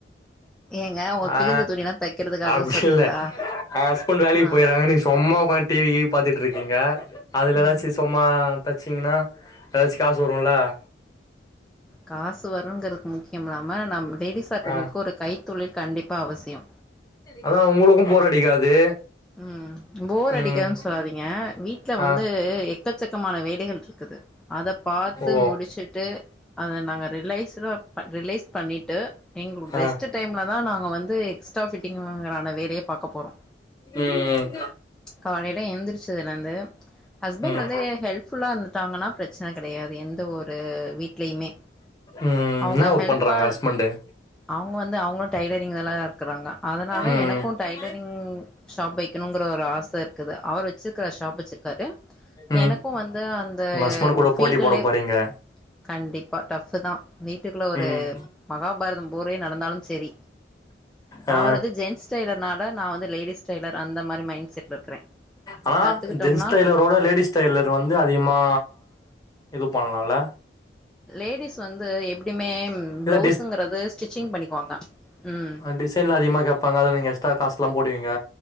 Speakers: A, in the centre; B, on the left (about 20°).
A: ஏங்க உங்க
B: அ
A: கிழிஞ்ச துணிலா தைக்கிறதுக்காக
B: அப்டி
A: சொல்றீங்களா
B: இல்ல அ வேலக்
A: ஆ
B: போய்றாங்க நீ சொம்மா உக்காந்து டீ வி கீவி பாத்துட்டுருக்கீங்க அதுல ஏதாச்சு
A: ம்
B: சொம்மா தச்சீங்கன்னா எதாச்சு காசு வருல்ல
A: காசு வருங்கிறதுக்கு முக்கியமில்லாம நம்ம லேடிஸ்ஸா இருக்குறவங்களுக்கு
B: ஆ
A: ஒரு கைத்தொழில் கண்டிப்பா அவசியோ
B: அதா உங்களுக்கு போர் அடிக்காது
A: ம் போர்
B: ம்
A: அடிக்காதுனு சொல்லாதீங்க வீட்ல வந்து
B: ஆ
A: எக்கச்சக்கமான வேலைகள் இருக்குது அத பாத்து
B: ஓ
A: முடிச்சுட்டு அத நாங்க ரிலைஸ்ட்டடா ரிலைஸ் பண்ணிட்டு எங்ளோட
B: ஆ
A: ரெஸ்ட்டு டைம்ல தா நாங்க வந்து எக்ஸ்ட்டா ஃபிட்டிங்கான வேலயே பாக்க போறோ
B: ம் ம்
A: காலைல எந்திரிச்சதுலந்து ஹஸ்பண்ட்
B: ம்
A: வந்து ஹெல்ப்ஃபுல்லா இருந்துட்டாங்கன்னா பிரச்சன கெடையாது எந்த ஒரு வீட்லயுமே
B: ம்
A: அவுங்க
B: என்ன ஒர்க்
A: ஹெல்ப்பா
B: பண்றாங்க ஹஸ்பண்டு
A: அவுங்க வந்து அவுங்ளு டைலரிங்ல தா இருக்குறாங்க அதனால
B: ம்
A: எனக்கு
B: ம்
A: டைலரிங் ஷாப் வை க்கணுங்குற ஒரு ஆச இருக்குது அவர் வச்சிருக்காரு ஷாப் வச்சிருக்காரு
B: ம்
A: எனக்கு வந்து அந்த
B: உங்க ஹஸ்பண்ட் கூட
A: ஃபீல்ட்லே
B: போட்டி போட போறீங்க
A: கண்டிப்பா டஃப்பு தா வீட்டுக்குள்ள ஒரு
B: ம்
A: மகாபாரதம் போரே நடந்தாலு செரி
B: ஆ
A: அவர் வந்து ஜென்ஸ் டைலர்னால நா வந்து லேடிஸ் டைலர் அந்த மாரி மைண்ட் செட்ல இருக்கறே
B: ஆனா
A: கத்துக்கிட்டோம்னா
B: ஜென்ஸ் டைலரோட லேடிஸ் டைலர் வந்து அதிகமா இது பண்ணலால
A: லேடிஸ் வந்து எப்டியுமே
B: இத
A: ப்ளவுஸ்ங்குறது ஸ்டிச்சிங் பண்ணிக்குவாங்க ம்
B: அ டிசைன்லா அதிகமா கேப்பாங்க அத நீங்க எக்ஸ்ட்ரா காசுலா போடுவீங்க